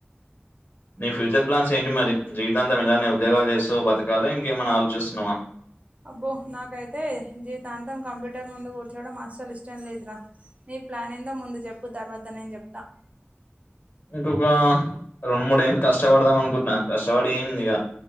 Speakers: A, on the left (about 60°); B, on the right (about 30°).
A: నీ ఫ్యూచర్ ప్లాన్స్ ఏంటి మరి జీవితాంతం ఇలానే ఉద్యోగాలు చేస్తు బతకాల ఇంకేమైన్నా ఆలోచిస్తున్నావా
B: అబ్బో నాకైతే జీవితాంతం కంప్యూటర్ ముందు కూర్చోవడం అస్సలు ఇష్టం లేదురా నీ ప్లాన్ ఏందో ముందు చెప్పు తర్వాత నేను చెప్తా
A: ఇంకొక రెండు మూడు ఏళ్లు కష్టపడుదాం అనుకుంటున్నా కష్టపడి ఏందిగ